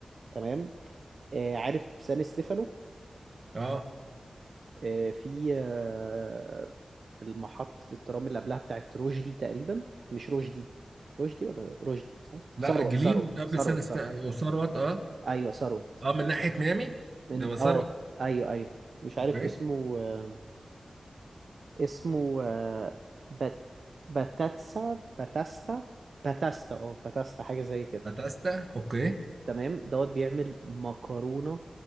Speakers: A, on the right (about 70°); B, on the right (about 50°).
A: تمام آه عارف سان ستيفانو
B: اه
A: آه في آه، المحطة الترام اللي قبلها بتاعت رشدي تقريبا مش رشدي رشدي ولا رشدي صح
B: لا
A: ثروت
B: جليم
A: ثروت
B: قبل
A: ثروت
B: سنه است...
A: ثروت
B: وثروت اه
A: ايوه ثروت
B: اه
A: في
B: من ناحيه ميامي
A: من
B: ده ثروت
A: اه ايوه ايوه مش عارف
B: اوكي
A: اسمه آه، اسمه آه، بات باتاتسا باتاستا باتاستا اه باتاستا حاجة زي كده
B: باتاستا اوكي
A: تمام دوت بيعمل مكرونة